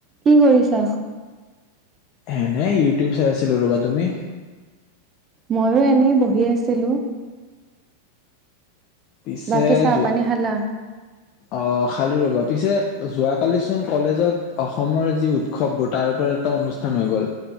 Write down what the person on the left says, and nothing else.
এনে ইউটিউব চাই আছিলো ৰ'বা তুমি।
পিছে
যো-
অ খাল ৰবা পিছে যোৱাকালিচোন কলেজত অসমৰ যি উৎসৱবোৰ তাৰ ওপৰত এটা অনুষ্ঠান হৈ গ'ল